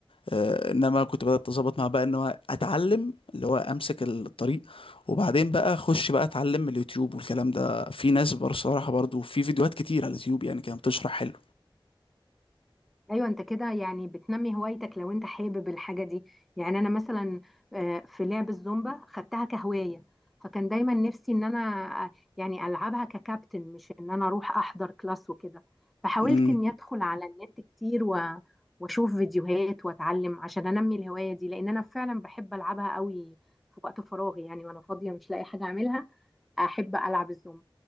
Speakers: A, on the left (about 75°); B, in the centre.
A: آه، انما كنت بدات اظبط مع بقى ان هو اتعلم اللي هو امسك الطريق وبعدين بقى اخش بقى اتعلم من اليوتيوب والكلام ده في ناس بصراحه برضو في فيديوهات كتير على اليوتيوب يعني كانت بتشرح حلو
B: ايوه انت كده يعني بتنمي هوايتك لو انت حابب الحاجه دي يعني انا مثلا آه، في لعب الزومبا خدتها كهوايه فكان دايما نفسي ان انا آه، يعني العبها ككابتن مش ان انا اروح احضر كلاس وكده فحاولت
A: امم
B: اني ادخل على النت كتير و... واشوف فيديوهات واتعلم عشان انمي الهوايه دي لان انا فعلا بحب العبها قوي في وقت فراغي يعني وانا فاضيه مش لاقي حاجه اعملها احب العب الزومبا